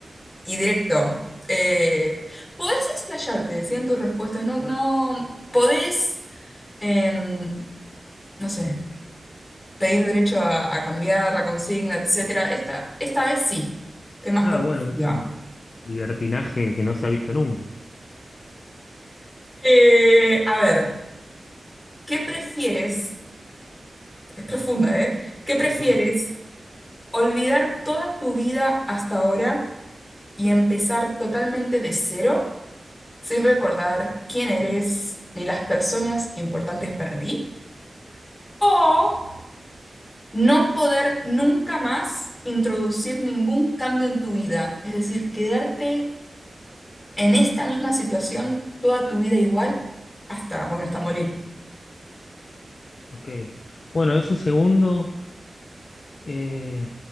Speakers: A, on the left; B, on the left.
A: y directo. Eh, podés explayarte, ¿sí? en tus respuestas. No, no, podés, em, no sé, pedir derecho a, a cambiar la consigna, etcétera. Esta, esta vez sí, temas
B: Ah,
A: perspectiva.
B: bueno, es un libertinaje que no se ha visto nunca.
A: Eh, a ver, ¿qué prefieres? Es profunda, ¿eh? ¿Qué prefieres?
B: Opa.
A: ¿Olvidar toda tu vida hasta ahora y empezar totalmente de cero, sin recordar quién eres ni las personas importantes para ti? ¿O no poder nunca más introducir ningún cambio en tu vida? Es decir, quedarte en esta misma situación toda tu vida igual hasta, bueno, hasta morir.
B: Ok. Bueno, eso segundo eh,